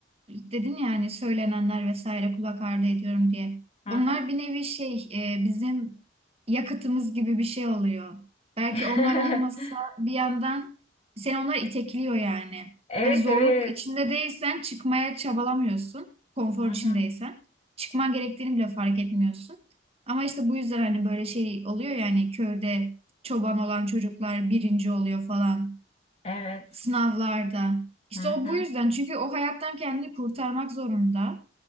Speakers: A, on the right (about 35°); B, on the left (about 35°).
A: dedin ya hani söylenenler vesaire kulak ardı ediyorum diye.
B: Hı
A: Onlar
B: hı.
A: bir nevi şey e, bizim yakıtımız gibi bir şey oluyor. Belki
B: <laughs>
A: onlar olmasa bir yandan seni onlar itekliyor yani.
B: Evet,
A: Hani zorluk
B: evet.
A: içinde değilsen çıkmaya çabalamıyorsun. Konfor
B: Hı
A: içindeysen.
B: hı.
A: Çıkman gerektiğini bile fark etmiyorsun. Ama işte bu yüzden hani böyle şey oluyor yani köyde çoban olan çocuklar birinci oluyor falan
B: Evet.
A: sınavlarda. İşte
B: Hı hı.
A: o bu yüzden çünkü o hayattan kendini kurtarmak zorunda.